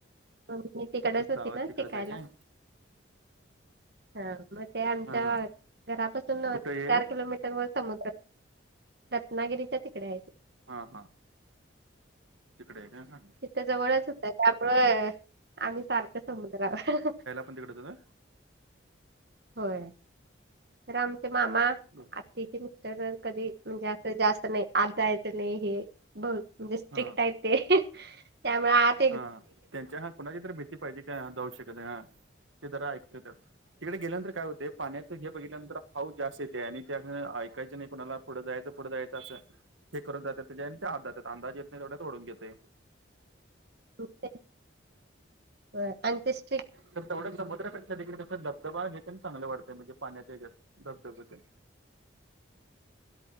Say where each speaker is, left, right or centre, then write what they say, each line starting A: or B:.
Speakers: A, on the right; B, on the right.
A: म मी तिकडच होती
B: गावात
A: ना
B: तिकडच
A: शिकायला.
B: आहे काय
A: हा मग ते आमच्या
B: हा हा
A: घरापासून
B: कुठे हे
A: चार किलोमीटर वर समुद्र. रत्नागिरीच्या तिकडे आहे ते.
B: हा हा तिकडे आहे काय.
A: त्या जवळच होतं त्यामुळे आम्ही सारखं समुद्र वर.
B: आपण तिकडे जाऊया.
A: होय. रामचे मामा.
B: ''हं ''
A: त्याचे मिस्टर कधी म्हणजे असं जास्त नाही आत जायचं नाही हे. ब म्हणजे स्ट्रिक्ट
B: हा
A: आहे ते त्यामुळे आत.
B: हा त्यांच्या हा कुणाची तर भीती पाहिजे काय जाऊ शकत नाही हा ते जरा ऐकतो त्यात. तिकडे गेल्यानंतर काय होतेय पाण्याचं हे बघितल्यानंतर हाऊस जास्त येते आणि त्या ऐकायच नाही. कुणाला पुढं जायचं पुढं जायचं असं हे कर जात त्या ते जातात अंदाज येत नाही तेवढ्यात ओढून घेतेय.
A: <unintelligible> ते आणि ते
B: तर तेवढं समुद्र पेक्षा तिकडे कस बधबबा हे त्यां चांगलं वाटतंय म्हणजे पाण्यात्याच्यात. धबधबा तेन.